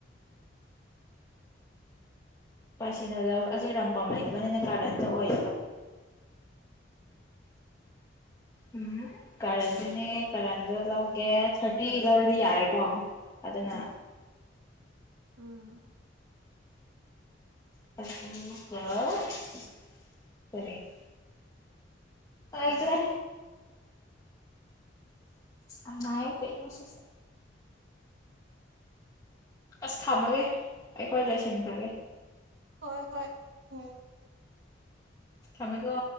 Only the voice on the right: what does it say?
ꯎꯝ
ꯍꯣꯏ ꯍꯣꯏ ꯎꯝ